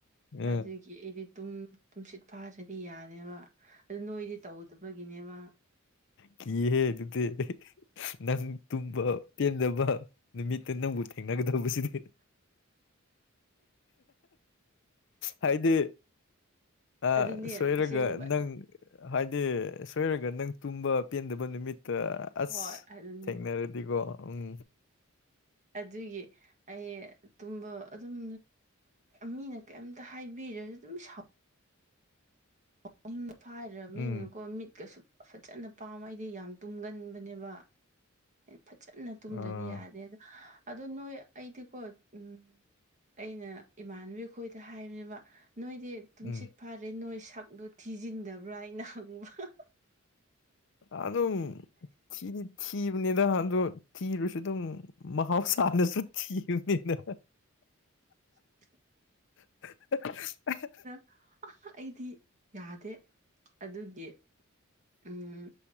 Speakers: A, on the left; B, on the right.
A: ꯑꯥ
B: ꯑꯗꯨꯒꯤ ꯑꯩꯗꯤ ꯇ ꯇꯨꯝꯁꯤꯠ ꯐꯥꯗ꯭ꯔꯗꯤ ꯌꯥꯅꯦꯕ ꯑꯗꯨ ꯅꯣꯏꯗꯤ ꯇꯧ ꯑꯇꯣꯞꯄꯒꯤꯅꯦꯕ
A: ꯀꯍꯦ ꯑꯗꯨꯗꯤ ꯅꯪ ꯇꯨꯝꯕ ꯄꯦꯟꯗꯕ ꯅꯨꯃꯤꯠꯇ ꯅꯪꯕꯨ ꯊꯦꯡꯅꯒꯗꯧꯕꯁꯤꯗꯤ ꯍꯥꯏꯗꯤ ꯑ
B: ꯑꯗꯨꯅꯦ
A: ꯁꯣꯏꯣꯏꯔꯒ
B: ꯑꯁꯦꯡꯕ
A: ꯅꯪ ꯍꯥꯏꯗꯤ ꯁꯣꯏꯔꯒ ꯅꯪ ꯇꯨꯝꯕ ꯄꯦꯟꯗꯕ ꯅꯨꯃꯤꯠꯇ ꯑꯁ
B: ꯍꯣꯏ ꯑꯗꯨꯅꯦ
A: ꯊꯦꯡꯅꯔꯗꯤꯀꯣ ꯎꯝ
B: ꯑꯗꯨꯒꯤ ꯑꯩ ꯇꯨꯝꯕ ꯑꯗꯨꯝ ꯃꯤꯅ ꯀꯩꯝꯇ ꯍꯥꯏꯕꯤꯔꯁꯨ ꯑꯗꯨꯝ ꯁꯥꯎ ꯑꯗꯨ ꯐꯥꯏꯔꯕꯅꯤꯅꯀꯣ
A: ꯎꯝ
B: ꯃꯤꯠꯀꯁꯨ ꯐꯖꯅ ꯄꯥꯝꯃ ꯑꯩꯗꯤ ꯌꯥꯝ ꯇꯨꯝꯒꯟꯕꯅꯦꯕ ꯐꯖꯅ ꯇꯨꯝꯗ꯭ꯔꯗꯤ
A: ꯑꯥ
B: ꯌꯥꯗꯦ ꯑꯗꯣ ꯑꯗꯣ ꯅꯣꯏ ꯑꯩꯗꯤꯀꯣ ꯎꯝ ꯑꯩꯅ ꯏꯃꯥꯟꯅꯕꯤꯈꯣꯏꯗ ꯍꯥꯏꯕꯅꯦꯕ ꯅꯣꯏꯗꯤ ꯇꯨꯡꯁꯤꯠ
A: ꯎꯝ
B: ꯐꯥꯔꯦ ꯅꯣꯏ ꯁꯛꯇꯛꯇꯣ ꯊꯤꯖꯤꯟꯗꯕ꯭ꯔꯥ ꯍꯥꯏꯩꯅ ꯍꯪꯕ꯭ꯔ
A: ꯑꯗꯨꯝ ꯊꯤꯗꯤ ꯊꯤꯕꯅꯤꯗ ꯑꯗꯣ ꯊꯤꯔꯨꯁꯨ ꯑꯗꯨꯝ ꯃꯍꯥꯎꯁꯥꯅꯁꯨ ꯊꯤꯅꯤꯅ
B: <inaudible>
A: <inaudible>
B: ꯑ ꯑꯩꯗꯤ ꯌꯥꯗꯦ ꯑꯗꯨꯒꯤ ꯎꯝ